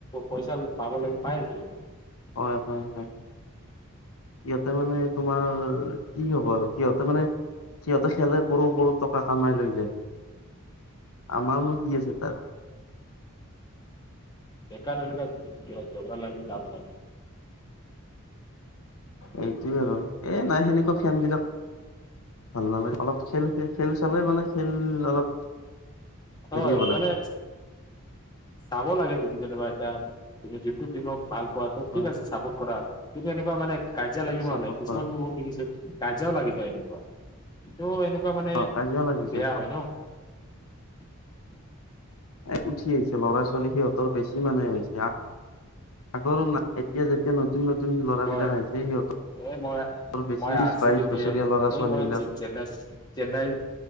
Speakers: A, on the left (about 20°); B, on the left (about 75°).
A: পইচা পাব লাগে পাই আছে।
B: হয় আপোনালোকে সিহঁতে মানে তোমাৰ কি হ'ব আৰু সিহঁতে মানে সিহঁতে খেলে কৰোৰ কৰোৰ টকা কামাই লৈ যায়, আমাৰনো কি আছে তাত।
A: বেকাৰ এনেকুৱা জগৰ লাগি লাভ নাই।
B: এইটোৱে আৰু। এ, নাই, সেনেকুৱা ফেনবিলাক, ভাল নালাগে। অলপ খেল খেল চালে মানে, খেল অলপ
A: হয়!
B: হেৰি হ'ব লাগে
A: মানে, চাব লাগে। তুমি যেনিবা, এতিয়া তুমি যোনটো টিমক ভাল পোৱা, ত'
B: হয়
A: ঠিক আছে, চাপোৰ্ট কৰা। কিন্তু এনেকুৱা মানে, কাজিয়া লাগিব
B: চাপৰ্ট
A: নালাগে। কিছুমান
B: কৰা
A: বহুত দেখিছোঁ। কাজিয়াও লাগি যায়, এনেকুৱা। ত' এনেকুৱা মানে,
B: অ কাজিয়া লাগিছে
A: বেয়া হয় ন'! <inaudible>
B: এ, উঠি আহিছে। ল'ৰা-ছোৱালী সিহঁতৰ বেছি মানে হৈছে। আগৰ <unintelligible> এতিয়া যেতিয়া, নতুন-নতুন ল'ৰাবিলাক
A: হয়
B: আহিছে, সিহঁতৰ
A: এই মই,
B: বেছি
A: মই
B: বিশ
A: আৰ
B: বাইশ
A: চি বিৰ
B: বছৰীয়া
A: ফেন,
B: ল'ৰা ছোৱালী
A: এই মই,
B: বিলাক
A: চে-চেন্নাই চেন্নাইৰ।